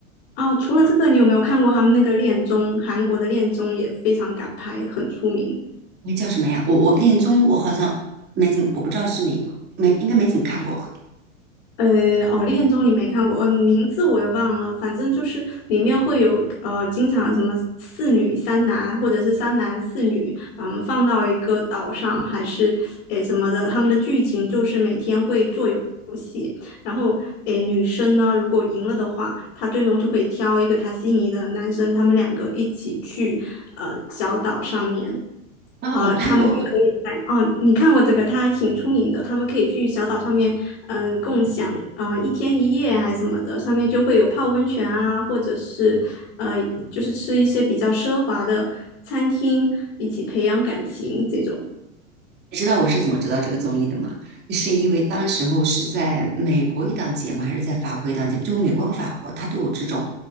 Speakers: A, on the left; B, on the right.
A: 哦，除了这个，你有没有看过他们那个恋综？韩国的恋综也非常敢拍，很出名。
B: 那叫什么呀？我我恋综我好像没怎么，我不知道是哪个，没应该没怎么看过吧？
A: 呃，哦，《恋综》你没看过，嗯、名字我也忘了，反正就是里面会有呃，经常什么四女三男，或者是三男四女，把他们放到一个岛上，还是诶什么的，他们的剧情就是每天会做游戏，然后，诶，女生呢，如果赢了的话，她最终就可以挑一个她心仪的男生，他们两个一起去呃小岛上面，
B: 啊，
A: 啊、
B: 我看过，
A: 他们就可以在哦，你看过这个，它还挺出名的，他们可以去小岛上面，嗯、共享啊、呃一天一夜还是什么的，上面就会有泡温泉啊，或者是呃就是吃一些比较奢华的餐厅，一起培养感情这种。
B: 你知道我是怎么知道这个综艺的吗？是因为当时候是在美国一档节目，还是在法国一档节目？就美国和法国，它都有这种